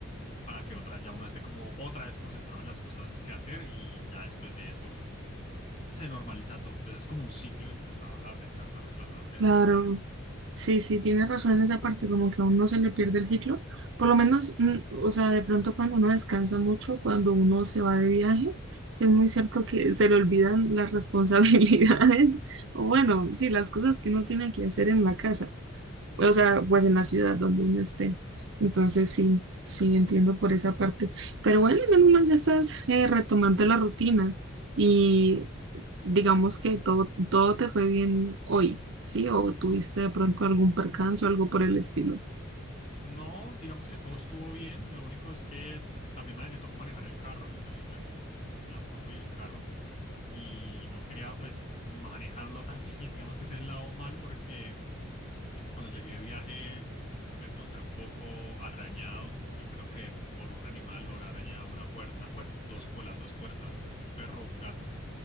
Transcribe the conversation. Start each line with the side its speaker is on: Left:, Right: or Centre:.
Left: para que otra, ya uno esté como otra vez concentrado en las cosas que hacer y ya después de eso se normaliza todo. Entonces, es como un ciclo entre trabajar, descansar, relajar, descansar.
Right: Claro, sí, sí, tienes razón en esa parte, como que a uno se le pierde el ciclo. Por lo menos, mm, o sea, de pronto cuando uno descansa mucho, cuando uno se va de viaje, es muy cierto que se le olvidan las responsabilidades, <laughs> o bueno, sí, las cosas que uno tiene que hacer en la casa. o sea, pues en la ciudad donde uno esté. Entonces sí, sí entiendo por esa parte. Pero bueno, menos mal ya estás eh, retomando la rutina y digamos que todo, todo te fue bien hoy, ¿sí? O tuviste de pronto algún percance o algo por el estilo.
Left: No, digamos que todo estuvo bien. Lo único es que también ma- me tocó manejar el carro. Yo, te- yo tengo pues la moto y el carro. y no quería pues manejarlo también, <laughs> digamos que ese es el lado malo porque cuando llegué de viaje lo encontré un poco arañado, yo creo que por un animal lo habrá arañado una puerta, bueno, dos por las dos puertas, un perro o un gato.